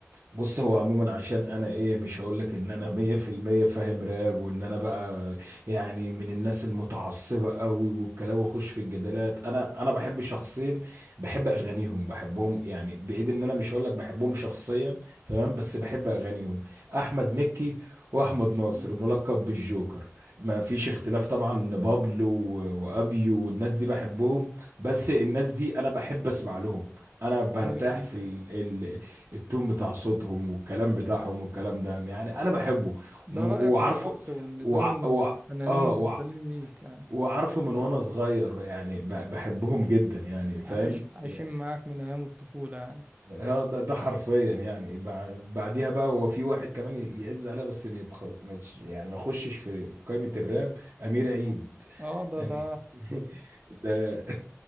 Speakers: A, on the right; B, on the right.
A: بص هو عموما عشان انا ايه مش هقول لك ان انا مية في المية فاهم راب وان انا بقى يعني من الناس المتعصبة قوي والكلام واخش في الجدالات انا انا بحب شخصين بحب اغانيهم بحبهم يعني بعيد ان انا مش هقول لك بحبهم شخصيا تمام بس بحب اغانيهم احمد مكي واحمد ناصر
B: آه،
A: ملقب بالجوكر ما فيش اختلاف طبعا إن بابلو و- وابيو والناس دي بحبهم بس الناس دي انا بحب اسمع لهم انا برتاح
B: ايوه
A: في التون بتاع صوتهم والكلام بتاعهم والكلام ده يعني انا بحبه
B: ده
A: و-
B: رأيك
A: وعارفه
B: الشخصي وإن
A: وع...
B: دول الفنانين
A: وع... اه
B: المفضلين
A: وع...
B: ليك يعني
A: وعارفه من وانا صغير بقى يعني ب... بحبهم جدا يعني فاهم
B: عايش عايشين
A: يعني
B: معاك من أيام الطفولة يعني
A: اه ده ده حرفيا يعني بع- بعديها بقى هو في واحد كمان يعز عليها بس ما يتخ... ما يتش- يعني ما يخشش في في قائمة الراب أمير عيد
B: آه آه، ده
A: يعني
B: ده
A: <laughs> ده